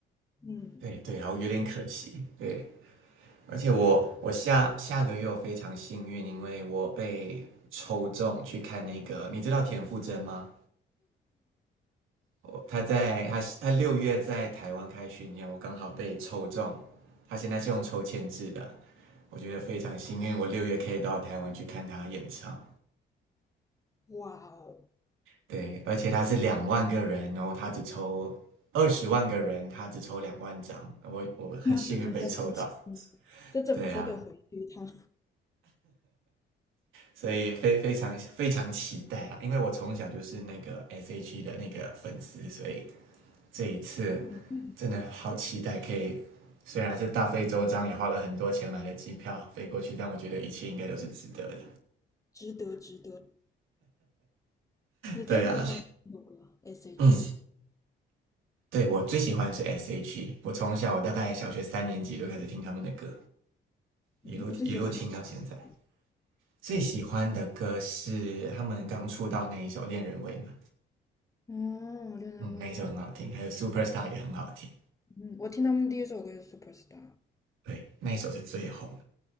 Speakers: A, on the left; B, on the right.
A: 嗯，
B: 对对，然后有点可惜。对，而且我我下下个月我非常幸运，因为我被抽中去看那个，你知道田馥甄吗？我他在他他六月在台湾开巡演，我刚好被抽中。他现在是用抽签制的，我觉得非常幸运，我六月可以到台湾去看他演唱。
A: 哇哦，
B: 对，而且他是两万个人哦，然后他只抽二十万个人，他只抽两万张，我我很幸运被抽到。
A: 那是真的很幸运，这怎么都得回去一趟。
B: 对啊，所以非非常非常期待啦，因为我从小就是那个 S.H.E 的那个粉丝，所以这一次
A: 嗯，
B: 真的好期待，可以虽然是大费周章，也花了很多钱买了机票飞过去，但我觉得一切应该都是值得的。
A: 值得，值得。你最喜欢哪首歌？S.H.E。
B: 对啊，嗯，对我最喜欢的是 S.H.E，我从小我大概小学三年级就开始听他们的歌，一路一路听到现在。
A: 嗯，你最喜欢他们哪一首？
B: 最喜欢的歌是他们刚出道那一首《恋人未满》，
A: 哦，恋人未满。
B: 嗯，那一首很好听，还有《Superstar》也很好听，
A: 嗯，我听他们第一首歌就是《Superstar》。
B: 对，那一首是最红的。